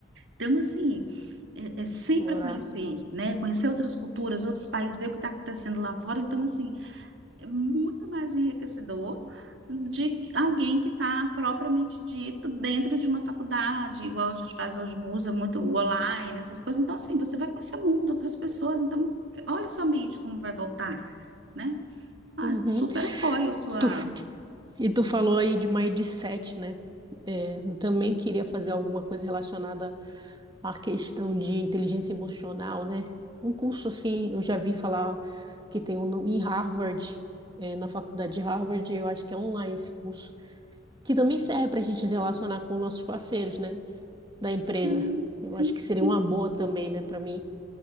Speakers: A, on the right (about 80°); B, on the right (about 25°).
A: Então, assim, é, é sempre
B: Explorar.
A: conhecer, né? Conhecer outras culturas, outros países, ver o que está acontecendo lá fora. Então, assim, é muito mais enriquecedor de alguém que está propriamente dito dentro de uma faculdade, igual a gente faz hoje, usa muito o online, essas coisas. Então, assim, você vai conhecer o mundo, outras pessoas. Então, olha sua mente como vai voltar né? Ah,
B: Uhum.
A: super apoio a sua.
B: Tu, E tu falou aí de uma EDSET, né? É, eu também queria fazer alguma coisa relacionada à questão de inteligência emocional, né? Um curso assim, eu já vi falar que tem um no- em Harvard, é, na faculdade de Harvard, eu acho que é online esse curso, que também serve para a gente se relacionar com nossos parceiros, né? Da empresa.
A: Hum,
B: Eu
A: Sim,
B: acho que seria
A: sim.
B: uma boa também, né, para mim.